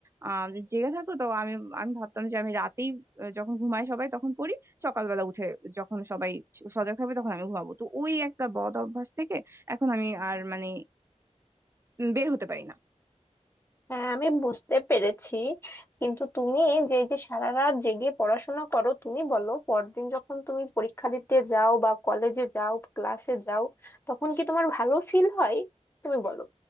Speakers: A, on the right; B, on the left.
A: আহ জেগে থাকতো তো আমি আমি ভাবতাম যে আমি রাতেই আহ, যখন ঘুমাই সবাই তখন পড়ি সকালবেলা উঠে যখন সবাই স- সজাগ থাকবে তখন আমি ঘুমাবো তো ওই একটা বদ অভ্যাস থেকে এখন আমি আর মানে উম, বের হতে পারি না
B: হ্যাঁ আমি বুঝতে পেরেছি কিন্তু তুমি যে যে সারা রাত জেগে পড়াশোনা করো তুমি বলো পরদিন যখন তুমি পরীক্ষা দিতে যাও বা কলেজে যাও ক্লাসে যাও তখন কি তোমার ভালো ফিল হয় তুমি বলো